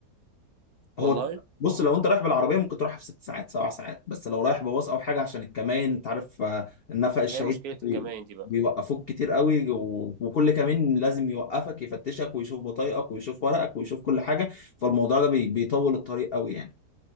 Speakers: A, on the right (about 70°); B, on the left (about 60°).
A: والله
B: هو بص لو انت رايح بالعربيه ممكن تروحها في ست ساعات سبع ساعات بس لو رايح بباص او حاجه عشان الكمائن انت عارف آه، النفق الشهيد
A: هي مشكله
B: بي-
A: الكمائن دي بقى
B: بيوقفوك كتير قوي و- وكل كمين لازم يوقفك يفتشك ويشوف بطايقك ويشوف ورقك ويشوف كل حاجه فالموضوع ده بي- بيطول الطريق قوي يعني